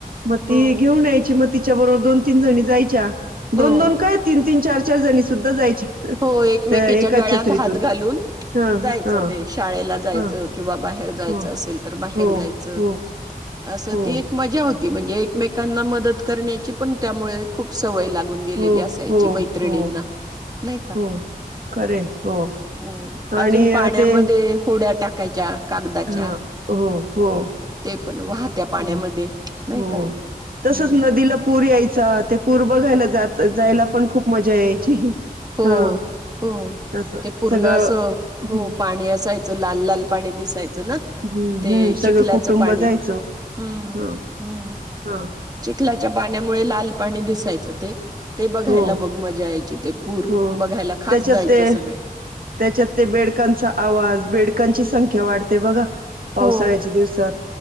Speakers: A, on the right (about 70°); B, on the right (about 25°).
A: मग ती
B: हो
A: घेऊन यायची मग - तिच्या बरोबर दोन तीन जणी जायच्या! दोन-
B: हो
A: दोन काय तीन -तीन चार! चार जणी सुद्धा जायच्या!
B: हो एकमेकींच्या
A: त्या एकाच
B: गळ्यात
A: छत्रीतून
B: हात घालून
A: हा
B: जायचं
A: हा
B: ते शाळेला जायचं
A: हा
B: किंवा बाहेर जायचं
A: हो
B: असेल तर बाहेर
A: हो
B: जायच
A: हो
B: असं
A: हो
B: ती एक मजा होती. ती म्हणजे एकमेकांना मदत करण्याची पण त्यामुळे खूप सवय लाग गून गेलेली
A: हो
B: असायची
A: हो
B: मैत्रिणींना.
A: हो
B: नाही का
A: हो खरे हो
B: हो
A: आणि
B: अजून पाण्यामध्ये
A: ते
B: होड्या टाकायच्या कागदाच्या
A: हा हो हो.
B: ते पण वाहत्या पाण्यामध्ये
A: हो
B: नाही
A: हो
B: का
A: तसच
B: हम्म
A: नदीला पूर यायचा ते पूर बघायला जात जायला पण खूप मजा यायची.
B: हो
A: हा
B: हो
A: असं
B: ते पूर्ण
A: सगळं
B: असं हो
A: हम्म
B: पाणी असाय लाल -लाल पाणी दिसायच. दिसायचं ना
A: हम्म
B: ते
A: हम्म सगळं
B: चिखलाच
A: कुटुंब
B: पाणी
A: जायचो
B: हां
A: ह
B: हा
A: हा
B: चिखलाच च्या पाण्यामुळे लाल पाणी दिसायचं त ते बघायला
A: हो
B: मग मजा यायची ते. पूर
A: हो
B: बघायला खास
A: त्याच्यात
B: जायचे
A: ते
B: सगळे.
A: त्याच्यात ते बेडकांचा आवाज बेडकांची संख्या वाढते बघा. पावसाळ्याच्या
B: हो,
A: दिवसात